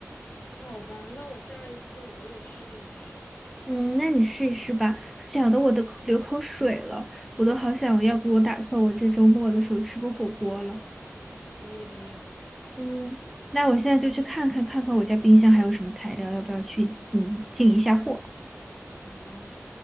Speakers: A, on the left; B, in the centre.
A: 好吧，那我下一次我也试一试吧。
B: 嗯，那你试一试吧。讲的我都口流口水了，我都好想，要不我打算我这周末的时候吃个火锅了。
A: 可以的呀，
B: 嗯，那我现在就去看看看看我家冰箱还有什么材料，要不要去嗯进一下货。
A: 好。